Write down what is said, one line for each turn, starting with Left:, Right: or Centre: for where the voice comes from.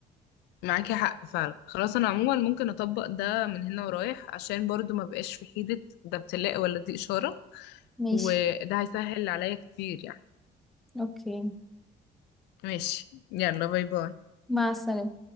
Left: معاكي حق فعلا خلاص انا عموما ممكن اطبق ده من هنا ورايح عشان برضو ما بقاش في حيرة ده ابتلاء ولا دي اشارة
Centre: ماشي
Left: وده هيسهل عليا كتير يعني
Centre: اوكي
Left: ماشي يلا باي باي
Centre: مع السلامة